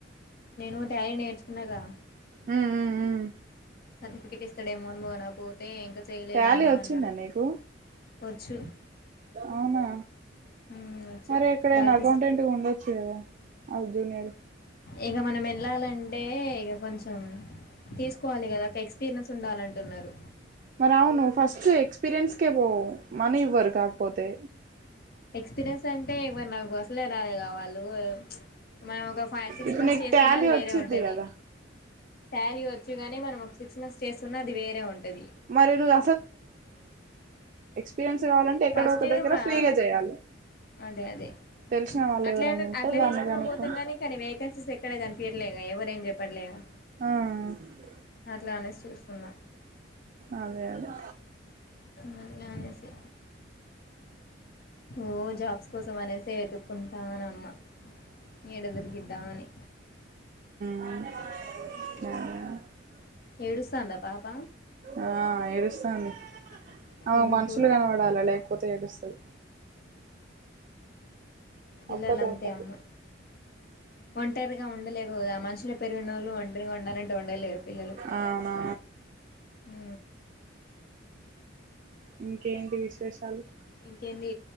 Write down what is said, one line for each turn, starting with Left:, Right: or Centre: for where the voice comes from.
Left: నేను తయారీ నేర్చుకున్నాగా
Right: మ్మ్ మ్మ్ హ్మ్
Left: సర్టిఫికెట్ ఇస్తాడేమో అని పోనా పోతే ఇంకా చేయలేదమ్మా
Right: టాలీ వచ్చిందా
Left: అన్నాడు
Right: నీకు
Left: చ్చులు
Right: అవునా
Left: మ్మ్ వచ్చు
Right: మరి ఎక్కడైనా
Left: ప్రాక్టీస్
Right: అకౌంటెంట్ గా ఉండొచ్చు కదా అవు జునియర్
Left: ఇక మనం ఎళ్లాలంటే ఇగ కొంచెం తీసుకోవాలి కదా ఒక ఎక్స్పీరియన్స్ ఉండాలి అంటున్నారు
Right: మరి అవును ఫస్ట్ ఎక్స్పీరియన్స్కే పో మనీ ఇవ్వరు కాకపోతే
Left: ఎక్స్పీరియన్స్ అంటే ఇవ్వరు నాకు అసలే రాదే కావాలి ఓ మనం ఒక ఫై సిక్స్
Right: ఇప్పుడు
Left: మంత్స్
Right: నీకు
Left: చేసున్నా
Right: టాలీ
Left: అది
Right: వచ్చిద్ది
Left: వేరే ఉంటది
Right: కదా
Left: ట్యాలీ వచ్చుగనీ మనం ఒక్సాా సిక్స్ మంత్స్ చేస్తున్న అది వేరే ఉంటది
Right: మరి నువ్వు పీరియన్స్ కావాలంటే ఎక్కడో
Left: ఫస్ట్
Right: ఒక దగ్గర
Left: మా
Right: ఫ్రీగా చేయాలి
Left: అదే అదే
Right: తెలిసిన వాళ్ళు
Left: అట్లనే
Right: ఎవరైనా ఉంటే
Left: అట్లా
Right: దాన్ని
Left: తీసుకునిపోతే
Right: కనుక్కొని
Left: కాని కానీ వేకెన్సీస్ ఎక్కడ కనిపియ్యలేదు ఎవరు ఏం చెప్పట్లేగా
Right: ఆ
Left: అట్లా అనేసి చూస్తున్నా
Right: అదే అదే
Left: వెళ్లనేసి ఓ జాబ్స్ కోసం అనేసి వెతుక్కుంటానమ్మ ఏడ దొరికిద్దాని
Right: ఆ
Left: ఏడుస్తాందా పాప
Right: ఆ ఏడుస్తాంది ఆమెకు
Left: ఎందుకు
Right: మనుషులు కనవడాలే లేకపోతే ఏడుస్తది
Left: పిల్లలంతే
Right: ఒక్కతే ఉండదు
Left: అమ్మ ఒంటరిగా ఉండలే లుద మనుషులు పెరిగినోళ్ళు ఒంటరిగా ఉండాలంటే ఉండలేరు పిల్లలు
Right: అవునా
Left: ఆ
Right: ఇంకేంటి విశేషాలు
Left: ఇంకేంది